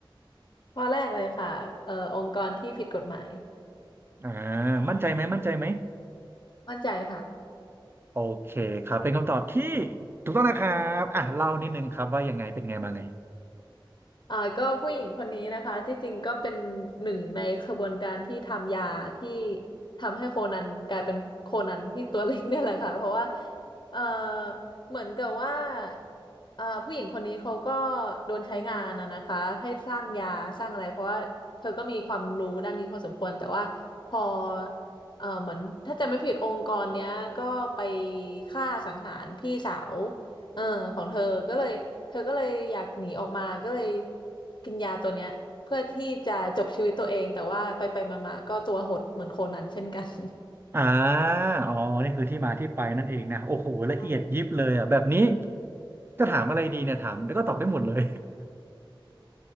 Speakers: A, on the left; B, on the right.
A: ข้อแรกเลยค่ะเอ่อองค์กรที่ผิดกฎหมาย
B: อ่ามั่นใจไหมมั่นใจไหม
A: มั่นใจค่ะ
B: โอเคครับเป็นคำตอบที่ถูกต้องนะครับอ่ะเล่านิดนึงครับว่ายังไงเป็นไงมาไง
A: เอ่อก็ผู้หญิงคนนี้นะคะที่จริงก็เป็นหนึ่งในขบวนการที่ทำยาที่ทำให้โคนันกลายเป็นโคนันที่ตัวเล็กเนี่ยแหละค่ะเพราะว่าเอ่อเหมือนกับว่าเอ่อผู้หญิงคนนี้เขาก็โดนใช้งานนะนะคะให้สร้างยาสร้างอะไรเพราะว่าเธอก็มีความรู้ด้านนี้พอสมควรแต่ว่าพอเออเหมือนถ้าจำไม่ผิดองค์กรเนี้ยก็ไปฆ่าสังหารพี่สาว เออของเธอก็เลยเธอก็เลยอยากหนีออกมาก็เลยกินยาตัวเนี้ยเพื่อที่จะจบชีวิตตัวเองแต่ว่าไปไปมามาๆก็ตัวหดเหมือนโคนันเช่นกัน
B: อ่าอ๋อนี่คือที่มาที่ไปนั่นเองนะโอ้โหละเอียดยิบเลยอ่ะแบบนี้
A: <laughs>
B: จะถามอะไรดีเนี่ยถามแล้วก็ตอบได้หมดเลย